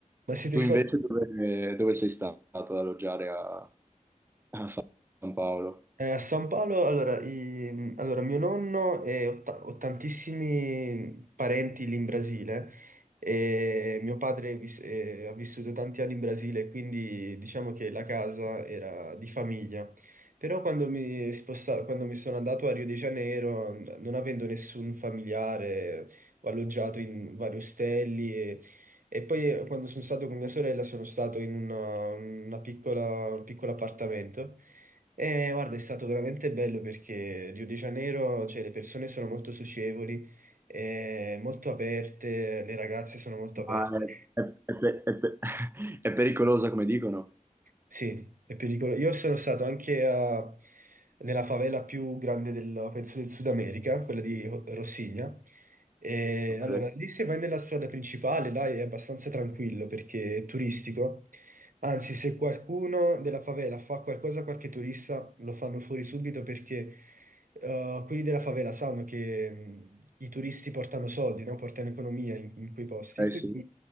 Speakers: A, on the right; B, on the right.
A: ma siete
B: Tu
A: soldi.
B: invece dove, dove sei stato ad alloggiare a, a San Paolo?
A: Eh, a San Paolo, allora, i- allora, mio nonno e ho, ta- ho tantissimi parenti lì in Brasile e mio padre vis- eh, ha vissuto tanti anni in Brasile, quindi diciamo che la casa era di famiglia. Però quando mi sposta- quando mi sono andato a Rio de Janeiro, n- non avendo nessun familiare, ho alloggiato in vari ostelli e, e poi eh, quando sono stato con mia sorella sono stato in una, una piccola, un piccolo appartamento. Eh, guarda, è stato veramente bello perché Rio de Janeiro, cioè, le persone sono molto socievoli, eh, molto aperte, le ragazze sono molto aperte.
B: Ma è, è- è pe- è pe- <laughs> è pericolosa come dicono?
A: Sì, è pericoloso. Io sono stato anche a- nella favela più grande del, penso, del Sud America, quella di Ho- Rossigna. E
B: Ok,
A: allora, lì se vai nella strada principale, là è abbastanza tranquillo perché è turistico. Anzi, se qualcuno della favela fa qualcosa a qualche turista, lo fanno fuori subito perché eh, quelli della favela sanno che mh, i turisti portano soldi, no? Portano economia in, in quei posti.
B: eh
A: E quindi
B: sì.